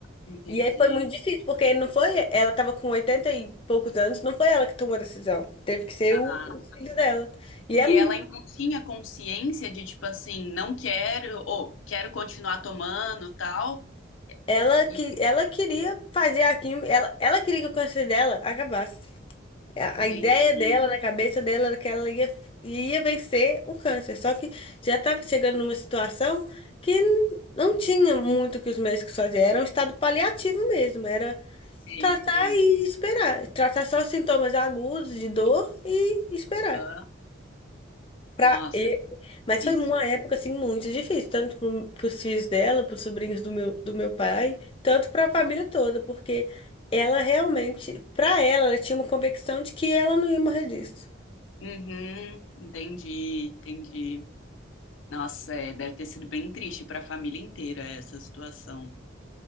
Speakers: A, on the left; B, on the left.
A: entendi.
B: E aí foi muito difícil, porque não foi, ela tava com 80 e poucos anos, não foi ela que tomou a decisão. Teve que ser
A: Ah.
B: o, o filho dela. E é,
A: E
B: mu-
A: ela ainda tinha consciência de, tipo assim, não quero, ou quero continuar tomando, tal.
B: ela que
A: E
B: ela queria fazer a quimio, ela, ela queria que o câncer dela acabasse. A,
A: entendi,
B: a ideia dela, na cabeça dela, era que ela ia, ia vencer o câncer. Só que já estava chegando numa situação que n- não tinha muito o que os médicos faziam. Era um estado paliativo mesmo, era
A: sei,
B: tratar
A: sei.
B: e esperar. Tratar só sintomas agudos de dor e esperar.
A: Aham.
B: Pra...
A: Nossa,
B: e-
A: é
B: Mas
A: difícil.
B: foi uma época assim muito difícil, tanto pro- pros filhos dela, pros sobrinhos do meu, do meu pai, tanto pra família toda, porque ela realmente, pra ela, ela tinha uma convicção de que ela não ia morrer disso.
A: Uhum, entendi, entendi. Nossa, é, deve ter sido bem triste para a família inteira essa situação.